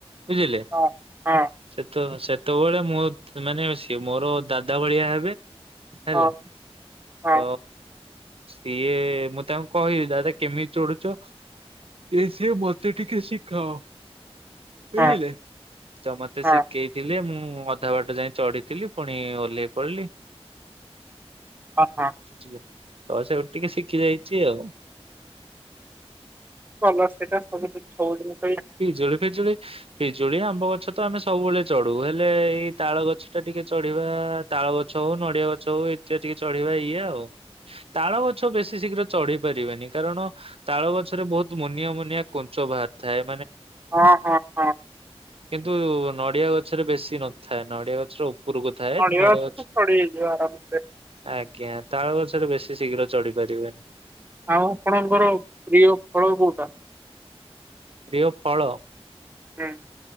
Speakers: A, on the right; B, on the right.
A: ବୁଝିଲେ,
B: ହଁ ହଁ
A: ସେ ତ ସେ ସେତେବେଳେ ମୋ ମାନେ ସିଏ ମୋର ଦାଦା ଭଳିଆ ହେବେ ହେଲା,
B: ହଁ ହଁ
A: ତ କିଏ, ମୁଁ ତାଙ୍କୁ କହିଲି ଦାଦା କେମିତି ଚଢୁଛ? ଯେ ସିଏ ମୋତେ ଟିକେ ଶିଖାଅ? ବୁଝିଲେ,
B: ହଁ
A: ତ ମତେ
B: ହଁ
A: ଶିଖେଇଥିଲେ ମୁଁ ମୁଁ ଅଧା ବାଟ ଯାଇଁ ଚଢିଥିଲି, ପୁଣି ଓହ୍ଲେଇ ପଡିଲି
B: ହ ହଁ।
A: ବୁଝିଲେ ତ ସେଇଟୁ ଟିକେ ଶିଖି ଯାଇଛି ଆଉ।
B: କଲ ସେଇଟା ସବୁଠୁ ସବୁଦିନ
A: ପିଜୁଳି ଫିଜୁଳି। ପିଜୁଳି ଆମ୍ବ ଗଛ ତ ଆମେ ସବୁବେଳେ ଚଢୁ, ହେଲେ ଏଇ ତାଳ ଗଛ ଟା ଟିକେ ଚଢିବା, ତାଳ ଗଛ ହଉ, ନଡିଆ ଗଛ ହଉ, ଏଥିରେ ଟିକେ ଚଢିବା ଇଏ ଆଉ। ତାଳ ଗଛ ବେଶୀ ଶୀଘ୍ର ଚଢି ପାରିବେନି, କାରଣ ତାଳ ଗଛରେ ବହୁତ ମୁନିଆ ମୁନିଆ କୁଞ୍ଚ ବାହାରିଥାଏ।
B: ହଁ-ହଁ-ହଁ।
A: କିନ୍ତୁ ନଡିଆ ଗଛରେ ବେଶୀ ନଥାଏ। ନଡିଆ ଗଛର ଉ ପୁରୁକୁ ଥାଏ
B: ନଡିଆ
A: ନଡ଼ିଆ ଗଛ।
B: ତ ଚଢି ହେଇଯିବ ଆରାମସେ।
A: ଆଜ୍ଞା। ତଳ ଗଛରେ ବେଶୀ ଯେ ଶୀଘ୍ର ଚଢି ପାରିବେ।
B: ଆଉ ଆପଣଙ୍କର ପ୍ରିୟ ଫଳ କୋଉଟା?
A: ପ୍ରିୟ ଫଳ?
B: ଆଁ